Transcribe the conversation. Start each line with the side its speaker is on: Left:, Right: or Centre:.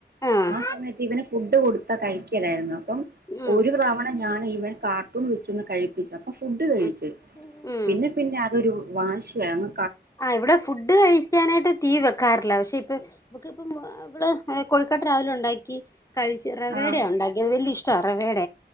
Left: ആഹ്
Right: ആ സമയത്ത് ഇവന് ഫുഡ് കൊടുത്താ കഴിക്കിലായിരുന്നു അപ്പം
Left: ഉം
Right: ഒരു തവണ ഞാൻ ആണ് ഇവൻ കാർട്ടൂൺ വെച്ചൊന്ന് കഴിപ്പിച്ച അപ്പൊ ഫുഡ് കഴിച്ചു
Left: ഉം ഉം
Right: പിന്നെ പിന്നെ അതൊരു വാശിയാണ്
Left: ആ ഇവിടെ ഫുഡ് കഴിക്കാനായിട്ട് റ്റി വി വെക്കാറില്ല പക്ഷെ ഇപ്പ നമുക്ക് ഇപ്പം ഇവള് കൊഴുക്കട്ട രാവിലെ ഉണ്ടാക്കി കഴിച്ചച്ച് റവേഡയാ
Right: ആഹ്
Left: ഉണ്ടാക്കിയത് വലിയ ഇഷ്ടമാണ് റവേഡ